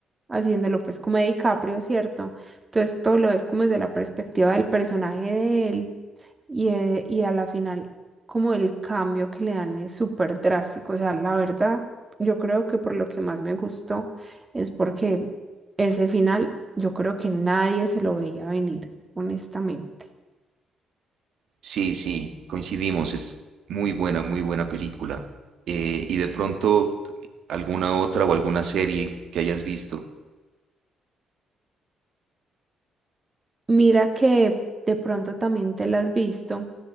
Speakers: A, on the right (about 20°); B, on the right (about 70°).
A: haciéndolo, pues como de DiCaprio, ¿cierto? Entonces todo lo ves como desde la perspectiva del personaje de él y, eh, y a la final como el cambio que le dan es súper drástico. O sea, la verdad, yo creo que por lo que más me gustó es porque ese final yo creo que nadie se lo veía venir, honestamente.
B: Sí, sí, coincidimos, es muy buena, muy buena película. Eh, y de pronto, alguna otra o alguna serie que hayas visto.
A: Mira que de pronto también te la has visto.